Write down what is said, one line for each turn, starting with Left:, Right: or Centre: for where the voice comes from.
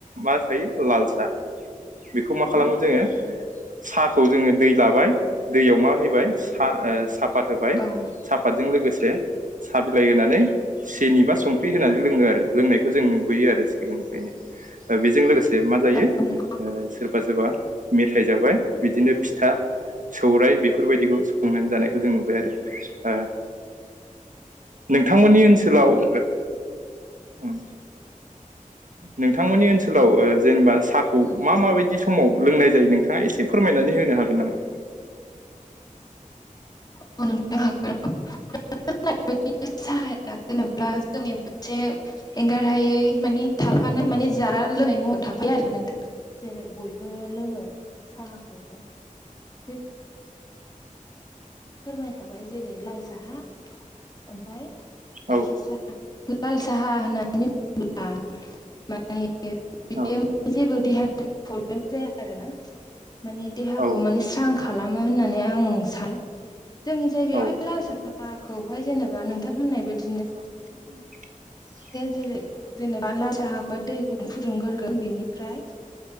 Right: मा थायो लाल साहा। बेखौ मा खालामो जोङो साहाखौ जोङो दै लाबाय दैयाव मा होयो बाय सा ओ साफाद होबाय
Left: औ
Right: सा फादजों लोगोसे साहा बिलाइ होनानै सेनि बा संख्रि होनानै लोङो आरो लोंनाय खौ जों नुुबोयो आरो सिगांनिफ्रायनो दा बेजों लोगोसे मा जायो
Left: <inaudible>
Right: ओ सोरबा सोरबा मेथाइ जाबाय बिदिनो फिथा सौरायाइ बेफोरबायदिखौ संनानै जानायखौ जों नुबाय आरो ओ नोंथांमोननि ओनसोलाव ओ उम नोंथांमोननि ओनसोलाव ओ जेनबा सा खौ मा माबायदि समाव लोंनाय जायो नोंथाङा एसे फोरमायनानै होनो हागोन नामा?
Left: हागोन नोंथां हागोन नों होननाय बादिनो साहाया जेनबा जोंनि मोनसे एंगारहायै माने थाफानाय माने जानाय लोंनाय मुवा था बिदि आरोना नोंथां। जेरै बयबो लोङो साहाखौ। बे फोरमायखाबाय जेरै लाल साहा ओमफाय गायखेर
Right: औ
Left: साहा। लाल साहा होननानै बा माने बियो
Right: औ
Left: जेबो देहानि थाखाय <unintelligible> <unintelligible> जाया आरोना माने देहाखौ
Right: औ
Left: माने स्रां खालामो होननानै आं सानो। जोंनि जायगायावहाय
Right: औ
Left: लाल साखौहाय जेनेबा नोंथां होननाय बायदि
Right: <inaudible>
Left: जेरै। जेनेबा ला साहाखौहाय दै फुदुंगोरगोन बेनिफ्राय